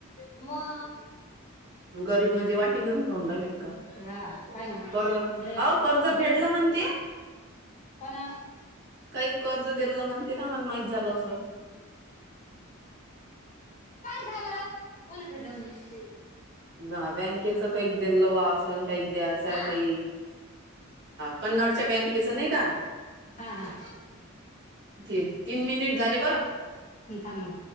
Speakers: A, on the left; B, on the right.
A: म
B: गरीब म्हणजे वाटी घेऊन खाऊन राहिले काय
A: हा पाहि ना मग
B: कर्ज
A: लय
B: अ कर्ज
A: दुस
B: फेडलं म्हणते
A: कोण
B: काही कर्ज देलं म्हणते ना मला माहित झालं अस
A: खेळा बर! कोण फेडलं म्हणे?
B: बा बँक च चेककाल वासन द्याचंय
A: हा
B: काही कन्नडच्या बँकेच नाही का
A: हा हा
B: तीन मिनिट झाले बर!
A: थांब मग